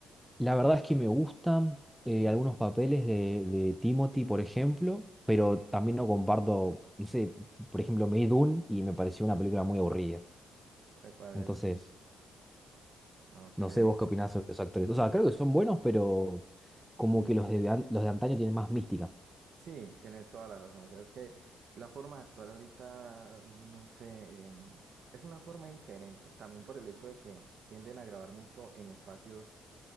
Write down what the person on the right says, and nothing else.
¿Te parece?
Ok.
Sí, tienes toda la razón. O sea, es que la forma de actuar ahorita, no sé, em, es una forma diferente. También por el hecho de que tienden a grabar mucho en espacios